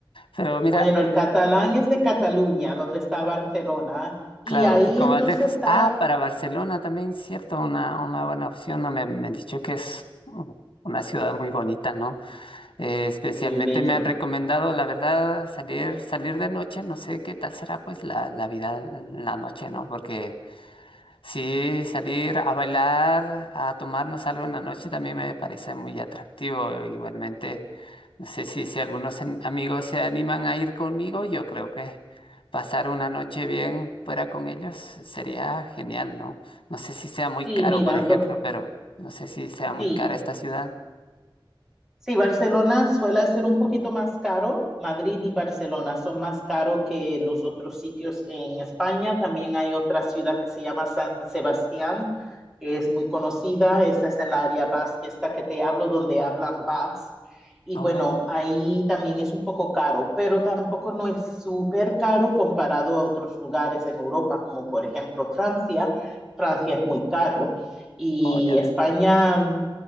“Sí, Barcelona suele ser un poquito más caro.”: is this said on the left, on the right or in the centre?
Centre